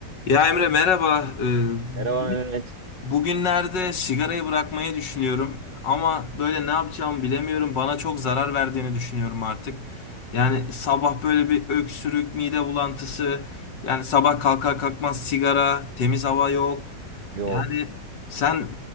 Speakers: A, on the left (about 85°); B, on the right (about 35°).
A: Ya Emre merhaba. Ee, bu-
B: Merhaba Mehmet.
A: Bugünlerde sigarayı bırakmayı düşünüyorum ama böyle ne yapacağımı bilemiyorum. Bana çok zarar verdiğini düşünüyorum artık. Yani sabah böyle bir öksürük, mide bulantısı, yani sabah kalkar kalkmaz sigara, temiz hava yok.
B: Yok.
A: Yani sen